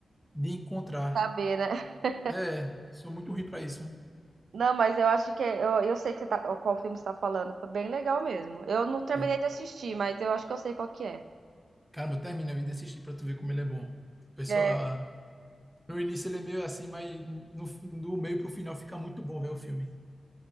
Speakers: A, in the centre; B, on the right (about 85°).
A: de encontrar.
B: saber, né? <laughs>
A: É, sou muito ruim pra isso.
B: Não, mas eu acho que é- eu, eu sei que você tá, qual filme você tá falando, foi bem legal mesmo. Eu não terminei
A: E,
B: de assistir, mas eu acho que eu sei qual que é.
A: Caramba, termina a vida de assistir pra tu ver como ele é bom. A pessoa,
B: É,
A: no início ele é meio assim, mas no, do meio pro final fica muito bom ver o filme.